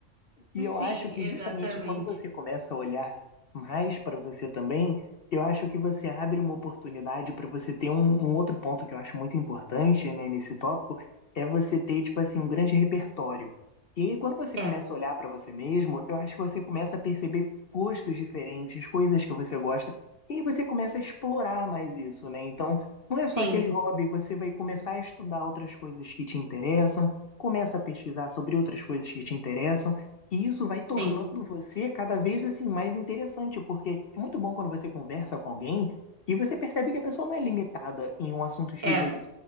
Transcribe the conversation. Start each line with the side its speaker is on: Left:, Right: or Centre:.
Right: <laughs>
Left: E eu
Right: Sim,
Left: acho que
Right: exatamente.
Left: justamente quando você começa a olhar mais para você também, eu acho que você abre uma oportunidade para você ter um, um outro ponto que eu acho muito importante, né, nesse tópico, é você ter, tipo assim, um grande repertório. E aí, quando você
Right: É,
Left: começa a olhar para você mesmo, eu acho que você começa a perceber gostos diferentes, coisas que você gosta, e aí você começa a explorar mais isso, né? Então, não é só
Right: sim,
Left: aquele hobby, você vai começar a estudar outras coisas que te interessam, começa a pesquisar sobre outras coisas que te interessam. E isso vai tornando
Right: sim,
Left: você cada vez assim mais interessante, porque é muito bom quando você conversa com alguém e você percebe que a pessoa não é limitada em um assunto X
Right: é,
Left: ou Y.